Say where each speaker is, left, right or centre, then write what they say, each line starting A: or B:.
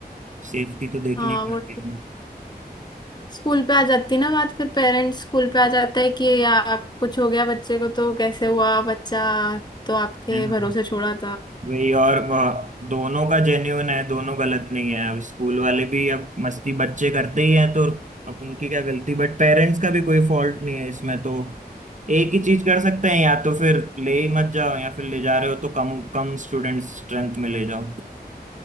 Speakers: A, on the right; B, on the left.
A: सेफ्टी तो देखने
B: हाँ
A: की
B: वो
A: आती
B: स्कूल पे आ जाती ना बात फिर पेरेंट्स स्कूल पे आ जाता है कि या आप कुछ हो गया बच्चे को तो कैसे हुआ बच्चा तो आपके
A: है हाँ।
B: भरोसे छोड़ा था
A: वही और वह दोनों का जेन्यून है दोनों गलत नहीं है अब स्कूल वाले भी अब मस्ती बच्चे करते ही हैं तो अब उनकी क्या गलती बट पेरेंट्स का भी कोई फॉल्ट नहीं है इसमें तो एक ही चीज कर सकते हैं या तो फिर ले ही मत जाओ या फिर ले जा रहे हो तो कम कम स्टूडेंट स्ट्रेंथ में ले जाओ